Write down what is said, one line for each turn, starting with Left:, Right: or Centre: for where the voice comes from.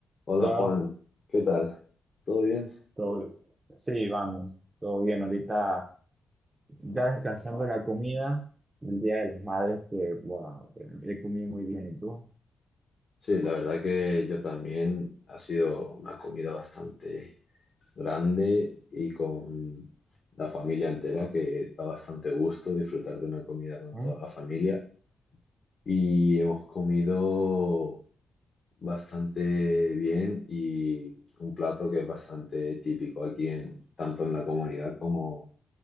Left: Hola
Right: Hola,
Left: Juan, ¿qué tal? ¿Todo bien?
Right: todo bi- Sí, vamos, todo bien. Ahorita ya descansando de la comida del Día de las Madres, que wow, he comido muy bien. ¿Y tú?
Left: Sí, la verdad que yo también. Ha sido una comida bastante grande y con la familia entera, que da bastante gusto disfrutar de una comida con
Right: ¿Mm?
Left: toda la familia. Y hemos comido bastante bien y un plato que es bastante típico aquí en tanto en la comunidad como